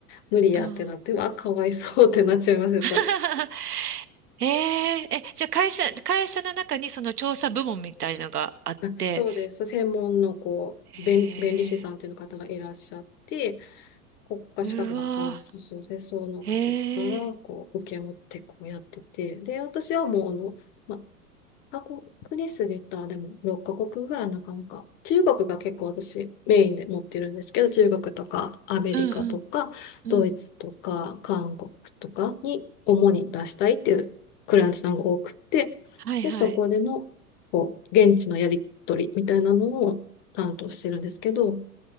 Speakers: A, on the left (about 25°); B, on the right (about 80°).
A: 無理やってなって、
B: うん。
A: わあ、かわいそうってなっちゃいます、やっぱり。
B: <laughs> えー、え、じゃあ会社、会社の中にその調査部門みたいのがあって、
A: あそうです。専門のこう、
B: え
A: 弁、弁理士さんという方がいらっしゃって、国家資格なんかの、
B: ー、うわ
A: そうそうで、その方とかが、
B: ー、えー、
A: こう、受け持ってこうやってて、で、私はもう、あの、まカ国ですで言ったら、でも6カ国ぐらいなかなか。中国が結構私メインで持ってるんですけど、中国とかアメリカとかドイツとか韓国とかに主に出したいっていうクライアントさんが多くて、
B: うん、うん、うん。はい、
A: で、
B: はい。
A: そこでのこう現地のやり取りみたいなのを担当してるんですけど、